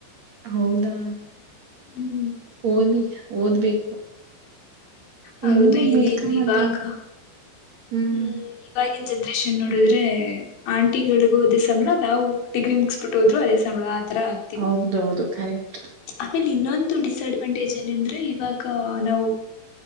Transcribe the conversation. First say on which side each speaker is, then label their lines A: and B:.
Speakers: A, on the right (about 50°); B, on the left (about 80°).
A: ಹೌದಾ
B: ಹ್ಮ್
A: ಓದಿ ಓದ್ಬೇಕು
B: ಹೌದು
A: ಹೆಂಗು
B: ಇನೇನು
A: ಬೇಕಮ್
B: ಇವಾಗ
A: ಅಲ್ವಾ ಹ್ಮ್
B: ಹೂ ಇವಾಗಿವಾಗಿನ ಜನ್ರೇಷನ್ ನೋಡಿದ್ರೆ ಆಂಟಿಗಳಿಗೂ ಅದ ಸಂಬಳ ನಾ ಡಿಗ್ರಿ ಮುಗಿಸಬಿಟ್ಟ ಹೋದ್ರು ಅದೇ ಸಂಬಳ ತರ ಆಗ್ತೀವಿ
A: ಹೌದೌದು ಕರೆಕ್ಟ್
B: ಆಮೇಲೆ ಇನ್ನೊಂದು ಡಿಸ್ಅಡ್ವಾಂಟೇಜ್ ಏನಂದ್ರೆ ಇವಾಗ ನಾವು